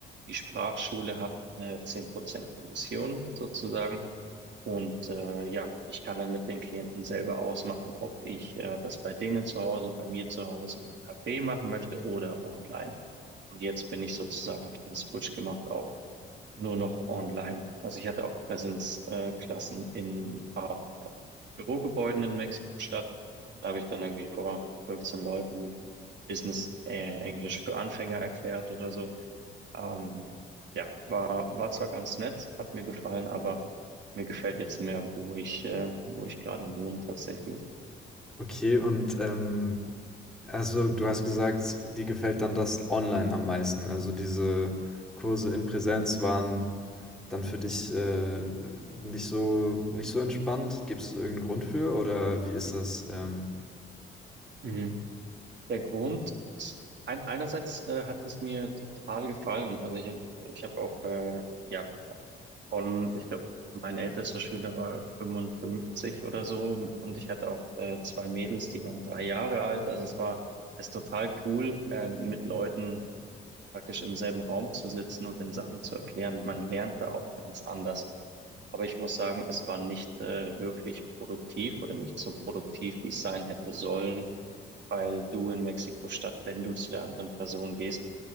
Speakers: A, on the right (about 65°); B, in the centre.
A: Die Sprachschule hat eine 10% Kommission sozusagen. Und äh, ja, ich kann dann mit den Klienten selber ausmachen, ob ich äh, das bei denen zu Hause, bei mir zu Hause im Café machen möchte oder online. Und jetzt bin ich sozusagen, habe ich den Switch gemacht auf nur noch online. Also ich hatte auch Präsenzklassen in ein paar äh, Bürogebäuden in Mexiko-Stadt. Da habe ich dann irgendwie vor 15 Leuten Business äh, Englisch für Anfänger erklärt oder so. Ähm, ja, war, war zwar ganz nett, hat mir gefallen, aber mir gefällt jetzt mehr, wo ich, äh, wo ich gerade wohne tatsächlich.
B: Okay, und ähm, also du hast gesagt, dir gefällt dann das online am meisten. Also diese Kurse in Präsenz waren dann für dich äh, nicht so, nicht so entspannt. Gibt es irgendeinen Grund für oder wie ist das? Ähm,
A: Mhm. Der Grund, ein, einerseits äh, hat es mir total gefallen. Also ich habe ich hab auch äh, ja, von, ich glaube, mein ältester Schüler war 55 oder so und ich hatte auch äh, zwei Mädels, die waren drei Jahre alt. Also es war es ist total cool, äh, mit Leuten praktisch im selben Raum zu sitzen und den Sachen zu erklären. Man lernt da auch ganz anders. Aber ich muss sagen, es war nicht äh, wirklich produktiv oder nicht so produktiv, wie es sein hätte sollen, weil du in Mexiko-Stadt, wenn du zu der anderen Person gehst,